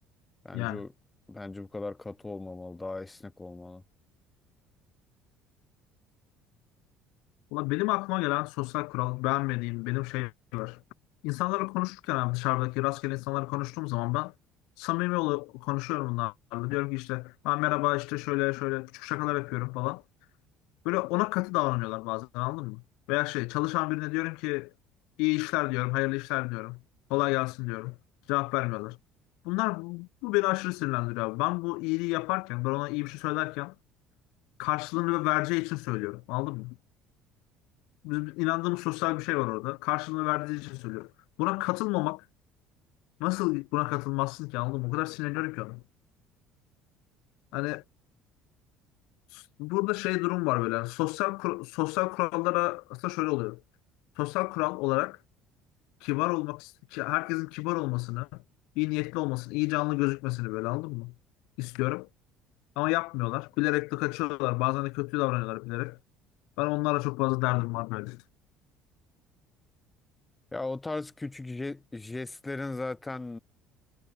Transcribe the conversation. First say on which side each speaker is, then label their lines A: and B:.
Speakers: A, on the left; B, on the left.
A: Bence
B: Yani.
A: o bence bu kadar katı olmamalı, daha esnek olmalı.
B: Ulan benim aklıma gelen sosyal kural beğenmediğim benim şey var. İnsanlarla konuşurken abi dışarıdaki rastgele insanlarla konuştuğum zaman ben samimi ol konuşuyorum bunlarla. Diyorum ki işte ben merhaba işte şöyle şöyle küçük şakalar yapıyorum falan. Böyle ona katı davranıyorlar bazen anladın mı? Veya şey çalışan birine diyorum ki iyi işler diyorum, hayırlı işler diyorum. Kolay gelsin diyorum. Cevap vermiyorlar. Bunlar bu, bu beni aşırı sinirlendiriyor abi. Ben bu iyiliği yaparken, ben ona iyi bir şey söylerken karşılığını ve vereceği için söylüyorum. Anladın mı? Bizim inandığımız sosyal bir şey var orada. Karşılığını verdiği için söylüyorum. Buna katılmamak nasıl buna katılmazsın ki anladın mı? O kadar sinirleniyorum ki ona. Hani s- burada şey durum var böyle. Yani sosyal kur- sosyal kurallara aslında şöyle oluyor. Sosyal kural olarak kibar olmak, ki- herkesin kibar olmasını, iyi niyetli olmasını, iyi canlı gözükmesini böyle anladın mı? İstiyorum. Ama yapmıyorlar. Bilerek de kaçıyorlar. Bazen de kötü davranıyorlar bilerek. Ben onlarla çok fazla derdim var böyle.
A: Ya o tarz küçük je- jestlerin zaten